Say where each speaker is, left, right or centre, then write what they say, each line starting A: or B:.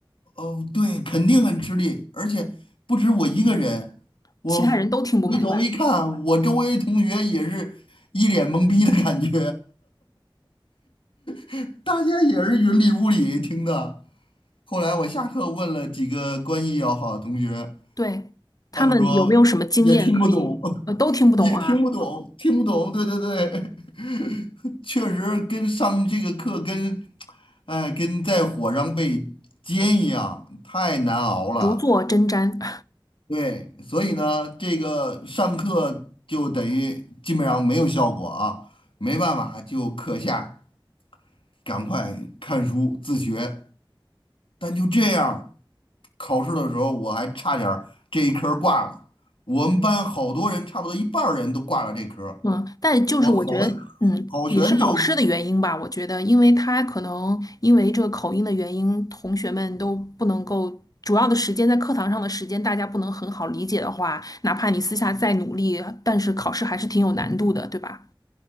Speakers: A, on the left; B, on the left.
A: 哦，对，肯定很吃力，而且不止我一个人，我回头一看，
B: 其他人都听不明白。
A: 我周围同学也是一脸懵逼的感觉，<laughs> 大家也是云里雾里听的。后来我下课问了几个关系要好的同学。
B: 对，他们有没有什么经验可以，
A: 他们说也听不懂，
B: 呃，都听不懂啊，
A: <laughs> 也听不懂，听不懂。对对对，<laughs> 确实跟上这个课跟哎跟在火上被煎一样，太难熬了。
B: 如坐针毡。<laughs>
A: 对，所以呢，这个上课就等于基本上没有效果啊，没办法，就课下赶快看书自学。但就这样，考试的时候我还差点儿这一科儿挂了。我们班好多人，差不多一半儿人都挂了这科儿
B: 嗯，但就是我觉得，
A: 我好
B: 嗯，
A: 好悬就
B: 也是老师的原因吧。我觉得，因为他可能因为这个口音的原因，同学们都不能够。主要的时间在课堂上的时间，大家不能很好理解的话，哪怕你私下再努力，但是考试还是挺有难度的，对吧？